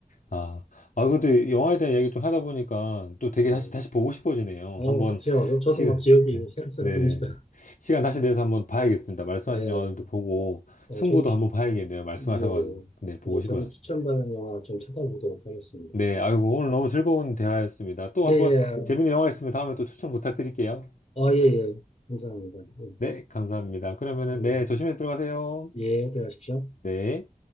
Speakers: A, on the left (about 70°); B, on the left (about 50°).
A: 아, 아, 그래도 영화에 대한 이야기 좀 하다 보니까 또 되게
B: 예.
A: 다시, 다시 보고 싶어지네요.
B: 어,
A: 한번
B: 그쵸. 저, 저도
A: 시간,
B: 뭐 기억이
A: 네.
B: 새록새록합니다.
A: 네. 시간 다시 내서 한번 봐야겠습니다. 말씀하신
B: 예,
A: 영화들도 보고,
B: 어,
A: 승부도
B: 저도 추,
A: 한번 봐야겠네요. 말씀하셔가지고.
B: 예,
A: 네, 보고
B: 예,
A: 싶어졌습니다.
B: 저도 추천받은 영화 좀 찾아보도록 하겠습니다.
A: 네,
B: 예,
A: 아이고, 오늘 너무 즐거운 대화였습니다. 또 한번
B: 예, 예.
A: 재밌는 영화 있으면 다음에 또 추천 부탁드릴게요.
B: 어, 예, 예. 감사합니다. 예,
A: 네, 감사합니다. 그러면은,
B: 예,
A: 네, 조심해서 들어가세요.
B: 예, 들어가십시오.
A: 네.